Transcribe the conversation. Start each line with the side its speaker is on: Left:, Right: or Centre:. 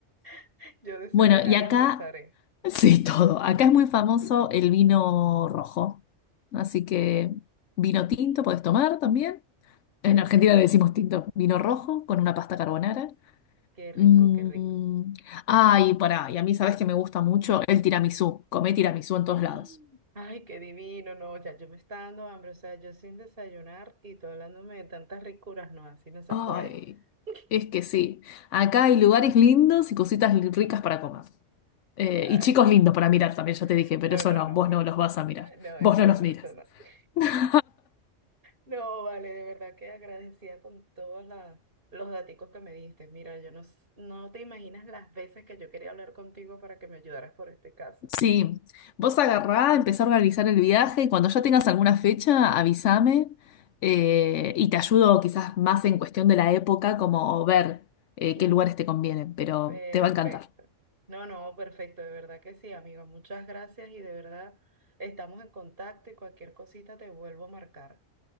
Right: <laughs> yo desayunaré,
Left: Bueno, y acá,
Right: almorzaré.
Left: <laughs> sí, todo. Acá es muy famoso el vino rojo. Así que vino tinto puedes tomar también. En
Right: Sí, ok,
Left: Argentina le decimos tinto, vino rojo con una pasta carbonara.
Right: qué rico,
Left: Mm.
Right: qué rico.
Left: Ay, pará, y a mí sabes que me gusta mucho el tiramisú. Comé tiramisú en todos
Right: Mm.
Left: lados.
Right: Ay, qué divino, no, ya yo me está dando hambre, o sea, yo sin desayunar y tú hablándome de tantas ricuras, no, así no se
Left: Ay,
Right: puede. <laughs>
Left: es que sí. Acá hay lugares lindos y cositas li- ricas para comer. Eh,
Right: Ay,
Left: y chicos
Right: no.
Left: lindos para mirar también, ya te dije, pero
Right: No,
Left: eso
Right: no,
Left: no,
Right: no,
Left: vos
Right: bueno.
Left: no los vas a mirar.
Right: Ay, No, eso
Left: Vos no los
Right: no, eso
Left: miras.
Right: no.
Left: <laughs>
Right: <laughs> No, vale, de verdad que agradecida con todos la- los daticos que me diste. Mira, yo no, s- no te imaginas las veces que yo quería hablar contigo para que me ayudaras por este caso.
Left: Sí, vos agarrá, empezá a organizar el viaje y cuando ya tengas alguna fecha, avísame eh, y te ayudo quizás más en cuestión de la época, como ver eh,
Right: No.
Left: qué lugares te convienen, pero
Right: Perfecto.
Left: te va a encantar.
Right: No, no, perfecto, de verdad que sí, amigo. Muchas gracias y de verdad estamos en contacto y cualquier cosita te vuelvo a marcar.